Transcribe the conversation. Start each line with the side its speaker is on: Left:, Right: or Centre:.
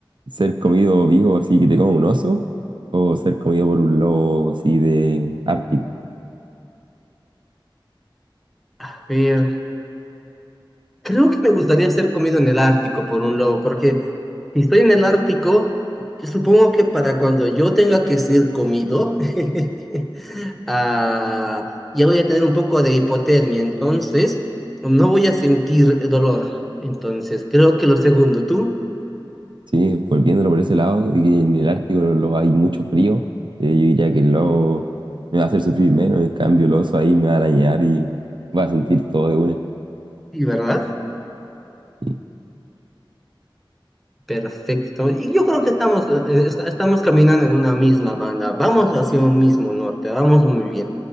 Right: ¿Ser comido vivo así que te coma un oso? ¿O ser comido por un lobo así de Ártico?
Centre: A ver, creo que me gustaría ser comido en el Ártico por un lobo, porque Si estoy en el Ártico, yo supongo que para cuando yo tenga que ser comido, <laughs> ah, ya voy a tener un poco de hipotermia, entonces no voy a sentir dolor. Entonces, creo que lo segundo, tú,
Right: Sí, volviéndolo por ese lado, de que en el Ártico lo- lo- hay mucho frío, eh, yo diría que el lobo me va a hacer sufrir menos, en cambio el oso ahí me va a arañar y va a sentir todo de una.
Centre: sí, ¿verdad?
Right: Sí.
Centre: Perfecto. Y yo creo que estamos, eh, eh, est- estamos caminando en una misma banda. Vamos hacia un mismo norte, vamos muy bien.